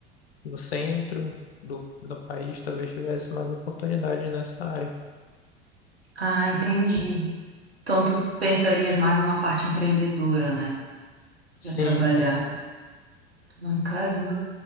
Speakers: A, on the left; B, on the right.
A: no centro do, do país, talvez tivesse mais oportunidade nessa área.
B: Ah, entendi. Então, tu pensarias mais numa parte empreendedora, né?
A: Sim,
B: Pra trabalhar.
A: sim.
B: Ai, caramba.